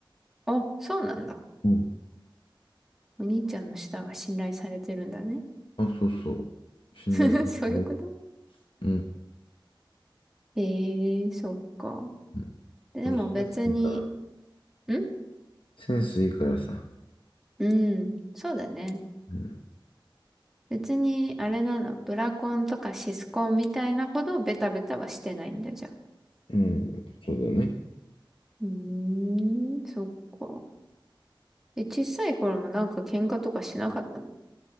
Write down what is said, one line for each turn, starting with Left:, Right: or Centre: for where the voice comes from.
Centre: あ、そうなんだ。
Left: うん
Centre: お兄ちゃんの舌が信頼されてるんだね。
Left: あ、そうそう。心霊される。
Centre: <laughs> そういうこと
Left: うん。
Centre: ええー、そっか。
Left: うん。
Centre: でも別に、
Left: 俺センスいいから。
Centre: ん
Left: センスいいからさ。
Centre: うん、そうだね。
Left: うん。
Centre: 別に、あれなの、ブラコンとかシスコンみたいなほどベタベタはしてないんだじゃあ。
Left: うん。そうだね。
Centre: うーん、そっか。え、小さい頃もなんか喧嘩とかしなかったの